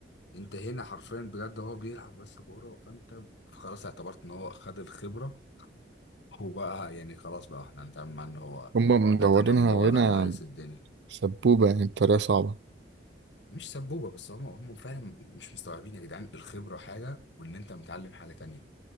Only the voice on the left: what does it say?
انت هنا حرفيا بجد هو بيلعب بس كوره فانت خلاص اعتبرت ان هو خد الخبره هو بقى يعني خلاص بقى احنا هنتعامل مع ان هو
ده تمام وهو اللي
هيلايس الدنيا
مش سبوبه بس هم هم فعلا مش مستوعبين يا جدعان الخبره حاجه وان انت متعلم حاجه تانية